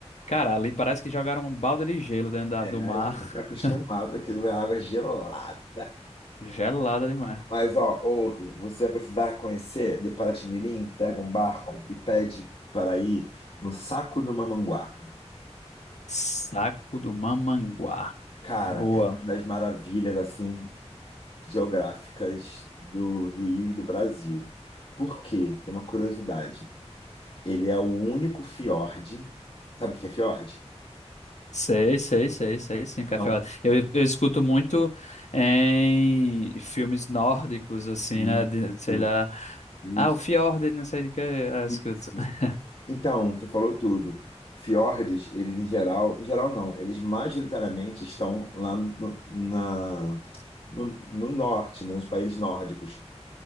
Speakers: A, on the left; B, on the left.
A: cara, ali parece que jogaram um balde de gelo dentro da-
B: É,
A: do
B: a
A: mar.
B: gente está acostumado,
A: <laughs>
B: aquilo é água gelada.
A: Gelada demais.
B: Mas, ó, ouve, você vai precisar conhecer de Paraty-Mirim, pega um barco e pede para ir no Saco do Mamanguá.
A: Saco do Mamanguá.
B: Cara,
A: Boa.
B: é uma das maravilhas, assim, geográficas do Rio e do Brasil. Por quê? Tem uma curiosidade. Ele é o único fiord. Sabe o que é fiord?
A: Sei, sei, sei, sei, sim, Cafiola.
B: Não.
A: Eu, eu escuto muito em filmes nórdicos, assim,
B: Isso,
A: né? de- sei lá.
B: isso,
A: Ah, o Fjord, ele não sei de que. Ah, escuto.
B: isso.
A: <laughs>
B: Então, você falou tudo. Fiordes, eles em geral, em geral não, eles majoritariamente estão lá no, na, no, no norte, né, nos países nórdicos.